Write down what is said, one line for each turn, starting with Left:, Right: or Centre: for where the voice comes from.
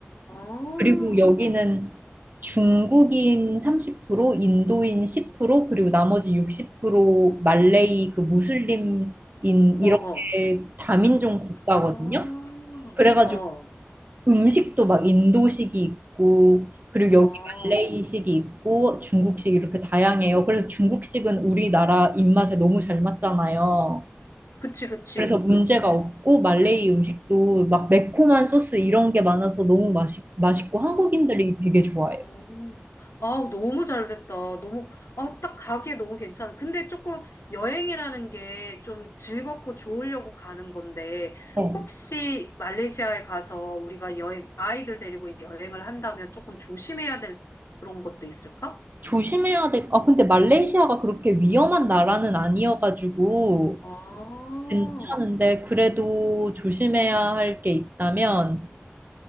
Left: 어,
Right: 그리고 여기는 중국인 30%, 인도인 10%, 그리고 나머지 60% 말레이 그 무슬림인 이렇게
Left: 어, 어.
Right: 다민족 국가거든요.
Left: 아,
Right: 그래가지고
Left: 어,
Right: 음식도 막 인도식이 있고, 그리고
Left: 어.
Right: 음. 여기 말레이식이 있고, 중국식 이렇게 다양해요. 그래서 중국식은 우리나라 입맛에 너무 잘 맞잖아요.
Left: 그치, 그치.
Right: 그래서 문제가 없고, 말레이 음식도 막 매콤한 소스 이런 게 많아서 너무 맛있, 맛있고, 한국인들이 되게 좋아해요.
Left: 음. 아, 너무 잘 됐다. 너무, 아, 딱 가기에 너무 괜찮아. 근데 조금 여행이라는 게 좀 즐겁고 좋으려고 가는 건데,
Right: 어.
Left: 혹시 말레이시아에 가서 우리가 여행, 아이들 데리고 여행을 한다면 조금 조심해야 될 그런 것도 있을까?
Right: 조심해야 돼. 아, 근데 말레이시아가 그렇게 위험한 나라는 아니어가지고,
Left: 아, 어,
Right: 괜찮은데, 그래도 조심해야 할 게 있다면,